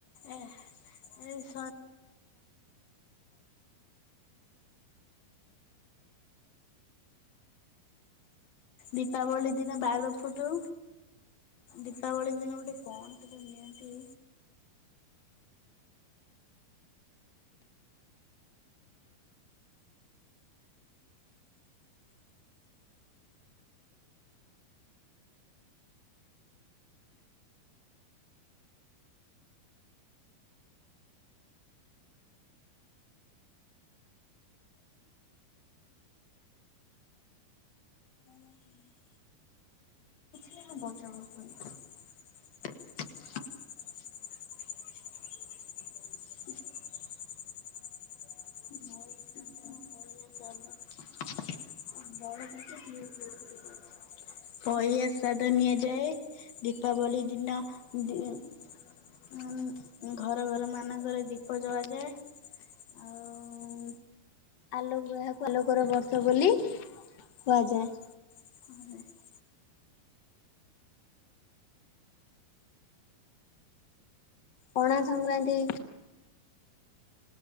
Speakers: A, on the left (about 70°); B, on the left (about 55°).
A: ଏ <unintelligible> ି <inaudible> ଦୀପାବଳି ଦିନ ବାଣ ଫୁଟଉ। ଦୀପାବଳି ଦିନ ଗୋଟେ କଣ ସେତ ନିଅନ୍ତି?
B: ହୁଁ
A: <unintelligible> <unintelligible> ବଳିଆ ସ୍ଵାଦ ନିଆଯାଏ। ଦୀପାବଳି ଦିନ ଦି ଉଁ ଘର ଘର ମାନଙ୍କରେ ଦୀପ ଜଳା ଯାଏ। ଆଉ
B: <unintelligible> ଆଲୋକର ବର୍ଷ ବୋଲି କୁହାଯାଏ।
A: ହ
B: ପଣା ସଂକ୍ରାନ୍ତି